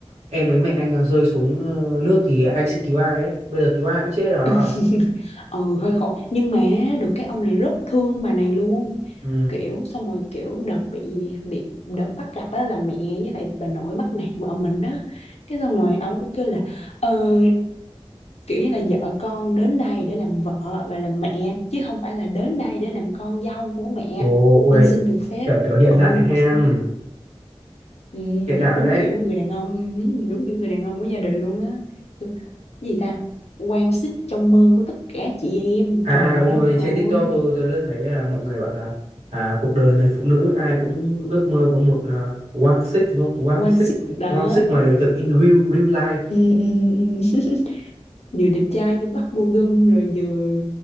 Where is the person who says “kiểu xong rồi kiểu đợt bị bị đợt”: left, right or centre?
Left